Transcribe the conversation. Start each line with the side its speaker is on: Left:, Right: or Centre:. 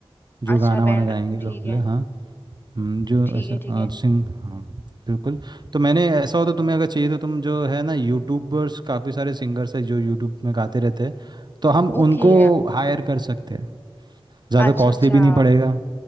Right: जो
Left: अच्छा
Right: गाना वाना
Left: बैंड
Right: गाएंगे लोग
Left: ठीक
Right: बोले
Left: है
Right: हाँ हम्म, जो
Left: ठीक
Right: ऐसा
Left: है ठीक है
Right: आज सिंह हाँ बिल्कुल तो मैंने ऐसा हो तो तुम्हें अगर चाहिए तो तुम जो है ना यूट्यूबर्स काफ़ी सारे सिंगर्स है जो यूट्यूब में गाते रहते हैं तो हम
Left: ओके
Right: उनको हायर कर सकते हैं ज़्यादा
Left: अच्छा
Right: कॉस्टली
Left: अच्छा
Right: भी नहीं पड़ेगा